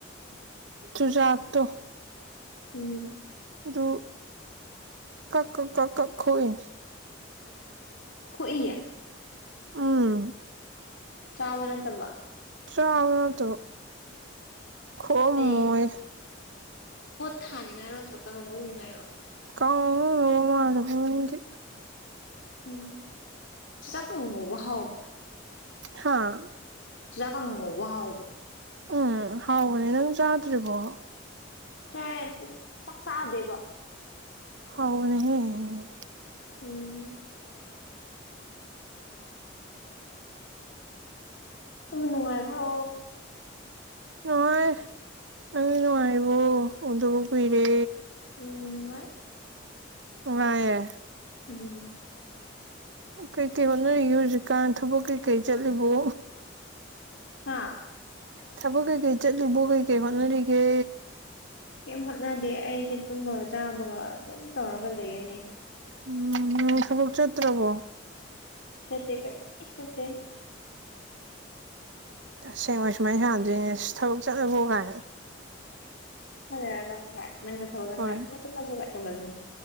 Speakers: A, on the right; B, on the left.
A: ꯆꯨꯖꯥꯥꯛꯇꯣ
B: ꯎꯝ
A: ꯑꯗꯨꯗꯨ ꯀꯛ ꯀ ꯀꯛ ꯀꯛ ꯈꯣꯏꯏ
B: ꯈꯣꯏ
A: ꯎꯝ
B: ꯆꯥꯕ ꯅꯇꯕ꯭ꯔꯣ
A: ꯆꯥꯕ ꯅꯇꯕ ꯈꯣꯕ
B: ꯑꯩ
A: ꯃꯣꯏ
B: ꯄꯣꯠ ꯊꯥꯅꯤꯡꯉꯥꯏꯔꯣ ꯅꯠꯇ꯭ꯔꯒ ꯀꯔꯧꯉꯧꯅꯤꯡꯉꯥꯏꯔꯣ
A: ꯀꯥꯎ ꯃꯥ ꯍꯦꯅꯤꯡꯗꯦ
B: ꯎꯝ ꯆꯥꯛ ꯍꯥꯎ
A: ꯍꯥꯥ
B: ꯆꯥꯛꯀꯥꯡꯒꯧ ꯉꯧꯕ ꯍꯥꯎꯕ꯭ꯔꯣ
A: ꯎꯝ ꯍꯥꯎꯕꯅꯦ ꯅꯪ ꯆꯥꯗ꯭ꯔꯤꯕꯣ
B: ꯆꯥꯢ ꯗꯨꯝ ꯆꯥꯛ ꯆꯥꯗꯦꯕ
A: ꯍꯥꯎꯕꯅꯦꯍꯦ
B: ꯎꯝ ꯇꯨꯝꯕ ꯅꯨꯡꯉꯥꯏꯕ꯭ꯔꯣ
A: ꯅꯨꯡꯉꯥꯏ ꯅꯪꯗꯤ ꯅꯨꯡꯉꯥꯏꯔꯤꯕꯣ ꯎꯗꯕ ꯀꯨꯏꯔꯦ
B: ꯎꯝ ꯅꯨꯡꯉꯥꯢ
A: ꯅꯨꯡꯉꯥꯢꯌꯦ
B: ꯎꯝ
A: ꯀꯩꯀꯩ ꯍꯣꯠꯅꯔꯤꯒꯦ ꯍꯧꯖꯤꯛꯀꯥꯟ ꯊꯕꯛ ꯀꯩꯀꯩ ꯆꯠꯂꯤꯕꯣ
B: ꯍꯥꯥ
A: ꯊꯕꯛ ꯀꯩꯀꯩ ꯆꯠꯂꯤꯕꯣ ꯀꯩꯀꯩ ꯍꯣꯠꯅꯔꯤꯒꯦ
B: ꯀꯩꯝ ꯍꯣꯠꯅꯗꯦ ꯑꯩꯁꯦ ꯇꯨꯝꯕꯒ ꯆꯥꯕꯒ ꯑꯗꯨꯝ ꯇꯧꯔꯒ ꯂꯩꯌꯦꯅꯦ
A: ꯎꯝ ꯊꯕꯛ ꯆꯠꯇ꯭ꯔꯥꯕꯣ
B: ꯆꯠꯇꯦ ꯀꯔꯤꯁꯨ ꯆꯠꯇꯦ
A: ꯇꯁꯦꯡꯅ ꯁꯨꯃꯥꯏꯅ ꯁꯥꯟꯅꯗꯣꯏꯅꯤꯅꯦ ꯊꯕꯛ ꯆꯠꯂꯕꯣ ꯀꯥꯏꯅ
B: ꯈꯔ ꯂꯩꯔꯒ ꯚꯥꯢ ꯅꯪꯅ ꯊꯕꯛ ꯆꯠꯀꯥꯟꯗ
A: ꯍꯣꯏ
B: ꯊꯕꯛ ꯆꯠꯂꯕꯣ ꯀꯥꯢꯅ ꯇꯧꯅꯗꯣꯢꯅꯤ